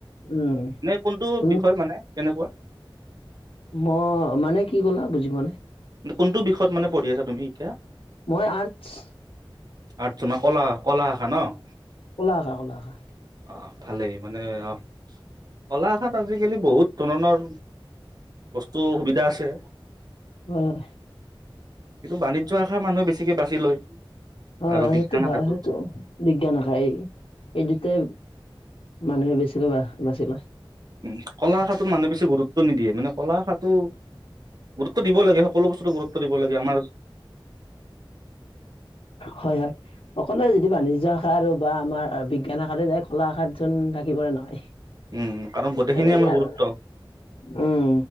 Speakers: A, on the left; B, on the right.
A: উম
B: এনে কোনটো
A: তুমি?
B: বিষয় মানে কেনেকুৱা?
A: মই মানে কি ক'লা বুজ পোৱা নাই?
B: কোনটো বিষয়ত মানে পঢ়ি আছা তুমি এতিয়া?
A: মই আৰ্টছ।
B: আৰ্টছ ন, কলা কলা শাখা ন?
A: কলা শাখা কলা শাখা।
B: অ', ভালেই মানে অ', কলা শাখাত আজিকালি বহুত ধৰণৰ বস্তু সুবিধা আছে।
A: অ'।
B: কিন্তু বাণিজ্য শাখা মানুহে বেছিকে বাচি লয়।
A: হয়
B: আৰু বিজ্ঞান
A: সেইটো ভাল
B: শাখাটোত
A: সেইটো, বিজ্ঞান শাখাই এই এইদুটাই মানুহে বেছিকৈ বা-বাচি লয়।
B: উম, কলা শাখাটোত মানুহে বেছি গুৰুত্ব নিদিয়ে, মানে কলা শাখাটো গুৰুত ৰুত্ব দিব লাগে সকলো বস্তুটো গুৰুত্ব দিব লাগে আমাৰ
A: হয় হয়, সকলেই যদি বাণিজ্য শাখা আৰু বা আমাৰ বিজ্ঞান শাখাতে যায়, কলা শাখাত চোন থাকিবলৈ নহয়।
B: উম, কাৰণ গোটেইখিনি
A: সেইবাবে
B: আমাৰ গুৰুত্ব।
A: আৰু উম